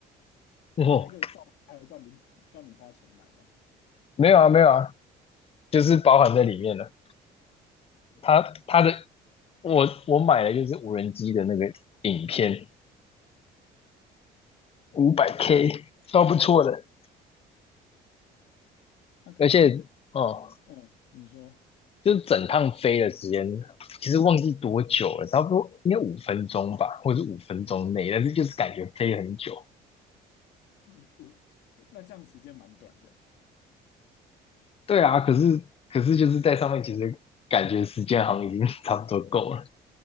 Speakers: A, on the left; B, on the left.
A: 哇
B: 啊，那个照片还有叫你叫你花钱买嘛？
A: 没有啊，没有啊，就是包含在里面了。它它的我我买的就是无人机的那个影片，五百 K，超不错的。
B: 那他会是
A: 而且哦，
B: 嗯，你说
A: 就是整趟飞的时间，其实忘记多久了，差不多应该五分钟吧，或者是五分钟内，但是就是感觉飞很久。
B: 嗯五，那这样时间蛮短的，
A: 对啊，可是可是就是在上面，
B: 五分钟，
A: 其实感觉时间好像已经 <laughs> 差不多够了，